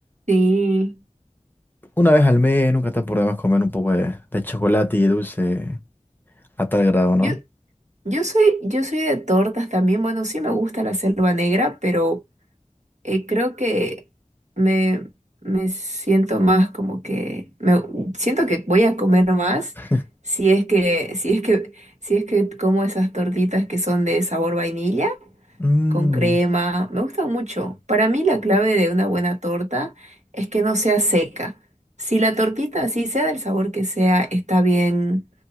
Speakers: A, on the right; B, on the left.
A: Sí.
B: una vez al mes nunca está por demás comer un poco de, de chocolate y dulce a tal grado, ¿no?
A: Yo, yo soy, yo soy de tortas también. Bueno, sí me gusta la selva negra, pero eh, creo que me, me siento más como que me siento que voy a comer más
B: <laughs>
A: si es que, si es que, si es que como esas tortitas que son de sabor vainilla.
B: Mm,
A: con crema. Me gusta mucho. Para mí la clave de una buena torta es que no sea seca. Si la tortita, así sea del sabor que sea, está bien